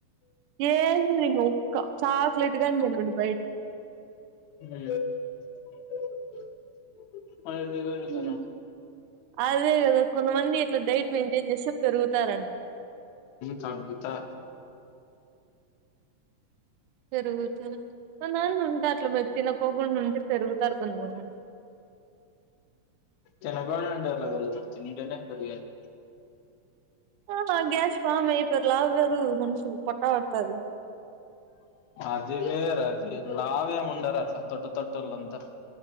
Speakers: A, on the right; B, on the left.
A: ఏంది నేను ఒక్క చాక్లెట్ గాని తినను బయట
B: హ్మ్ నువ్వు ఏం చేత్తన్నావ్
A: ఉమ్. అదే కదా కొంతమంది ఇట్లా డైట్ మెయింటైన్ చేస్తే పెరుగుతారని
B: చంపుతా
A: పెరుగుతే కొంతమంది ఉంటారు అట్లా మీరు తినకోకుండావుంటే పెరుగుతారు కొంతమంది.
B: తినకోకుండా ఉంటే ఎట్ల పెరుగుతారు తింటేనే పెరిగేది
A: ఆ మళ్ళి గ్యాస్ ఫామ్ అయిపోయిరు లావు గారు మనుషులు పొట్ట పడ్తాది
B: అది వేరు అది లావేముండరు అట్లా తొట్ట తొట్టేలంతా